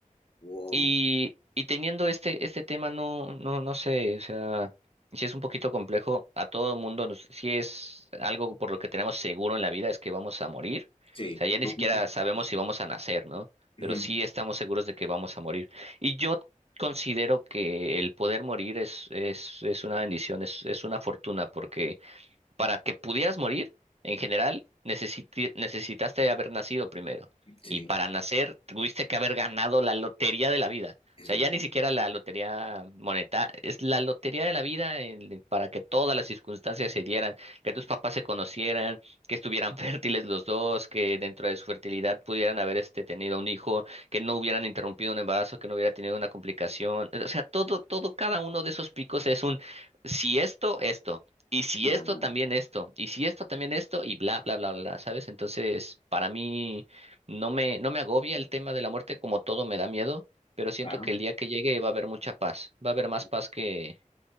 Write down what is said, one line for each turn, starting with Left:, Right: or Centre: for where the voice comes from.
Left: Wow.
Right: Y, y teniendo este, este tema, no, no, no sé, o sea, si es un poquito complejo, a todo mundo, nos, si es algo por lo que tenemos seguro en la vida, es que vamos a morir.
Left: Sí.
Right: O sea, ya
Left: es
Right: ni
Left: lo
Right: siquiera
Left: único.
Right: sabemos si vamos a nacer, ¿no?
Left: Ujú.
Right: Pero sí estamos seguros de que vamos a morir. Y yo considero que el poder morir es, es, es una bendición, es, es una fortuna, porque para que pudieras morir, en general, necesiti- necesitaste haber nacido primero.
Left: Sí,
Right: Y para nacer, tuviste que haber ganado la lotería de la vida.
Left: es
Right: O sea,
Left: verdad.
Right: ya ni siquiera la lotería monetaria, es la lotería de la vida en- para que todas las circunstancias se dieran, que tus papás se conocieran, que estuvieran <laughs> fértiles los dos, que dentro de su fertilidad pudieran haber este, tenido un hijo, que no hubieran interrumpido un embarazo, que no hubiera tenido una complicación. O sea, todo, todo, cada uno de esos picos es un, si esto, esto. Y si
Left: Claro.
Right: esto, también esto. Y si esto, también esto. Y bla, bla, bla, bla, ¿sabes? Entonces, para mí no me, no me agobia el tema de la muerte, como todo me da miedo, pero siento
Left: Claro.
Right: que el día que llegue va a haber mucha paz. Va a haber
Left: Ok.
Right: más paz que,